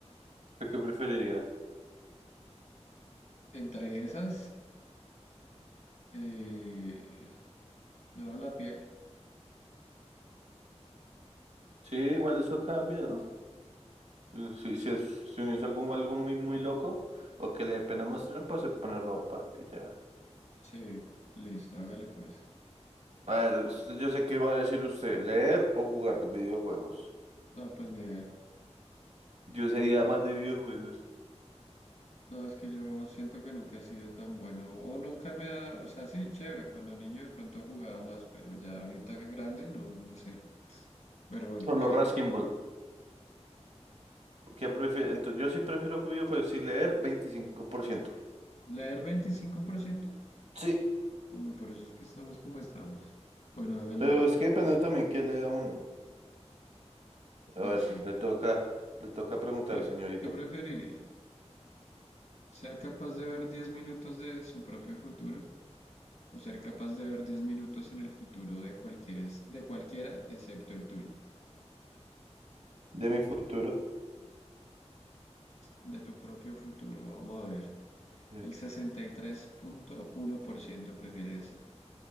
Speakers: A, on the right; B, on the left.
A: ¿Usted qué preferiría?
B: Entre esas, eh, no, la piel.
A: Sí, igual eso cambia, ¿no? Mm, Si, si, es, si uno hizo algo, algo muy, muy loco o que le dé pena mostrar, pues se pone ropa y ya.
B: Sí, listo, hágale pues.
A: A ver, usted- yo sé qué va a decir usted, leer o jugar videojuegos.
B: No, pues ni idea.
A: Yo sería más de videojuegos.
B: No, es que yo siento que nunca he sido tan bueno. O nunca me ha. O sea, sí, chévere. Cuando niño de pronto jugaba más, pero ya ahorita que grande, no, no sé. Pero bueno,
A: Solo
B: ¿qué?
A: Raskin Ball. ¿Qué prefiere? Entonces, yo sí prefiero videojuegos, sí leer veinticinco por ciento
B: ¿Leer veinticinco por ciento
A: sí
B: Uy, por eso es que estamos como estamos. Bueno, hágale
A: Pero
B: a ver.
A: es que depende también qué lea uno. A
B: Pues
A: ver,
B: sí.
A: le toca, le toca preguntar,
B: ¿Qué,
A: señorito.
B: qué preferiría? Ser capaz de ver 10 minutos de su propio futuro o ser capaz de ver 10 minutos en el futuro de cualquier es- de cualquiera excepto el tuyo,
A: De mi futuro.
B: de tu propio futuro. Vamos a ver.
A: Sí.
B: El sesenta y tres punto uno por ciento prefiere eso.